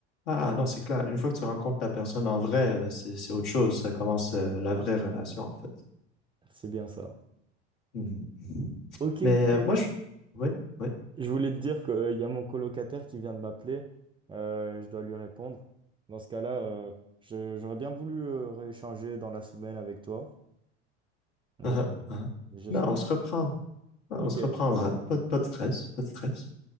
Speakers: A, on the left; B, on the right.
A: Ah non, c'est clair. Une fois que tu rencontres la personne en vrai, ben, c'est, c'est autre chose. Ça commence euh, la vraie relation, en fait.
B: c'est bien ça.
A: Mhm.
B: Ok, nickel.
A: Mais euh, moi, je... Oui, oui.
B: Je voulais te dire qu'il y a mon colocataire qui vient de m'appeler. Euh, je dois lui répondre. Dans ce cas-là, euh, je- j'aurais bien voulu euh, rééchanger dans la semaine avec toi.
A: uh-huh,
B: Et
A: uh-huh.
B: je
A: Non,
B: sais.
A: on se reprend. Non,
B: Ok,
A: On se reprendra. Pas, pas de stress, pas de stress.